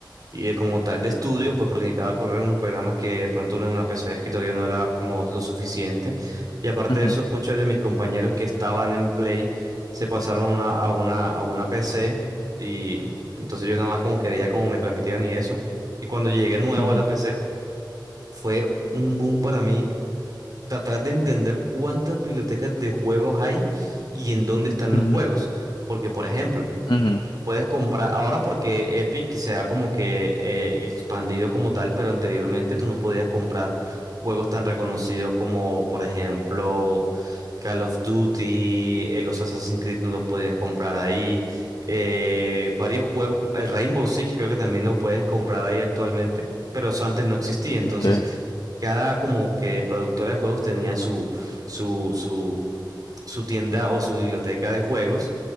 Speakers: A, on the right; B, on the left.
A: Y de como tal de estudio, pues porque necesitaba correr unos programas que de pronto en una PC de escritorio no era como lo suficiente. Y aparte
B: ujú,
A: de eso, muchos de mis compañeros que estaban en Play se pasaron a a una, a una PC y entonces yo nada más como que veía cómo me transmitían y eso. Y cuando llegué nuevo
B: ujú,
A: a la PC, fue un boom para mí tratar de entender cuántas bibliotecas de juegos hay y en dónde están
B: ujú,
A: los juegos. Porque, por ejemplo,
B: ujú.
A: Puedes comprar ahora porque Epic se ha como que eh, expandido como tal, pero anteriormente tú no podías comprar juegos tan reconocidos como, por ejemplo, Call of Duty, eh, los Assassin's Creed no los podías comprar ahí. eh, varios juegos, el Rainbow Six creo que también lo puedes comprar ahí actualmente, pero eso antes no existía. Entonces,
B: Okay.
A: cada como que productora de juegos tenía su, su, su su tienda o su biblioteca de juegos